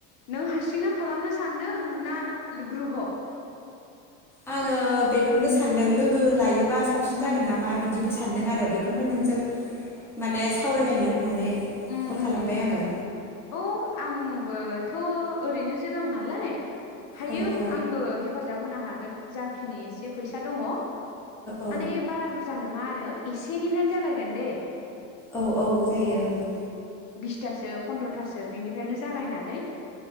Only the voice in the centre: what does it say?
आङो बेखौनो सानदों लोगो लायोबा साबसिन जागोन नामा बिदिबो सानदों आरो बेखौ थ नोंजों माने सान सावरायलायनो होननानै
कल खालामबाय
आङो
औ औ
ओ
औ औ जायो ओं